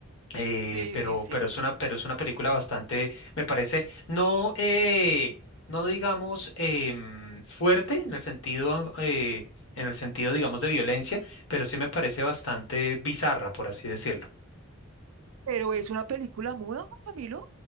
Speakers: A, on the left; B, on the right.
A: Eh,
B: Sí,
A: pero,
B: sí, sí.
A: pero es una, pero es una película bastante, me parece, no, eh, no digamos, em, fuerte en el sentido, eh, en el sentido, digamos, de violencia, pero sí me parece bastante bizarra, por así decirlo.
B: Pero es una película muda, Camilo,